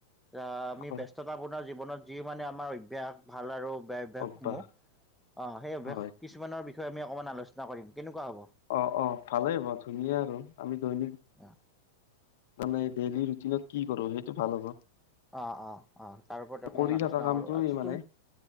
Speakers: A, in the centre; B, on the left.
A: আহ আমি
B: হয়,
A: ব্যস্ততাপূৰ্ণ জীৱনত যি মানে আমাৰ অভ্যয়াস ভাল আৰু বেয়া অভ্যাসসমূহ
B: অভ্যাস
A: অ সেই অভ্যাস
B: হয়
A: কিছুমানৰ আমি অকমান আলোচনা কৰিম। হ'ব?
B: অ অ ভালেই হব ধুনীয়া আৰু আমি দৈনিক
A: এ
B: মানে ডেইলি ৰুটিনত কি কৰো সেইটো ভাল হ'ব
A: আহ অ অ তাৰ ওপৰত অকমান
B: কৰি
A: আলোচনা
B: থকা কামটোৱে
A: কৰো আচ্ছা
B: মানে
A: তুমি